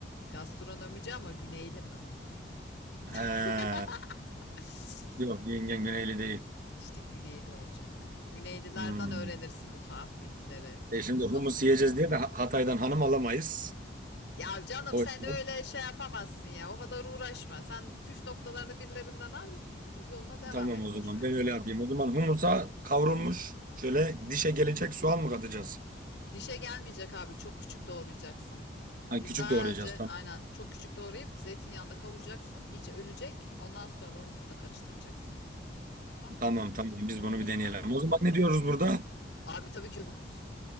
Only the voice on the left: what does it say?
Gastronomici ama güneyli mi?
<laughs>
İşte güneyli olacak. Güneylilerden
öğrenirsin bu tuhaf bilgileri.
Humus.
Ya canım
sen
öyle şey yapamazsın ya. O kadar uğraşma. Sen püf noktalarını birilerinden al, yoluna devam
et.
Boş
ver.
Dişe gelmeyecek abi. Çok küçük doğrayacaksın.
Güzelce
aynen çok küçük doğrayıp zeytinyağında kavuracaksın. İyice ölecek. Ondan sonra humusla karıştıracaksın. Tamam?
Bunu
unutma.
Abi tabii ki humus.